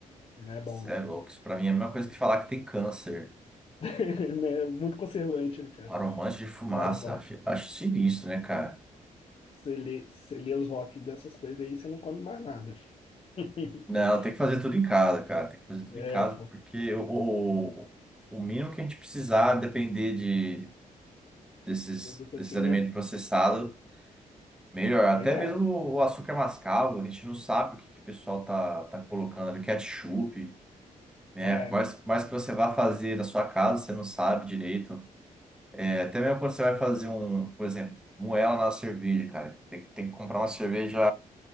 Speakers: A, on the left; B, in the centre.
A: Não é bom,
B: Isso
A: não.
B: é louco. Isso pra mim é a mesma coisa que falar que tem câncer.
A: <laughs> Não É muito conservante, né, cara?
B: Aromante de
A: O
B: fumaça.
A: Cara, bota.
B: Acho, acho sinistro, né, cara?
A: Você lê, você lê os rótulos dessas coisas aí, você não come mais nada. <laughs>
B: Não, tem que fazer tudo em casa, cara. Tem que fazer tudo
A: É,
B: em casa,
A: pô.
B: porque o, o mínimo que a gente precisar depender de, desses,
A: Produto
B: desses
A: assim,
B: alimentos
A: né?
B: processados Melhor, até
A: Pois é.
B: mesmo o açúcar mascavo, a gente não sabe o que, que o pessoal tá, tá colocando ali, ketchup, né?
A: É,
B: Mas, mas que você vá fazer na sua casa, você não sabe direito. É, até mesmo quando você vai fazer um, por exemplo, moela na cerveja, cara. Tem, tem que comprar uma cerveja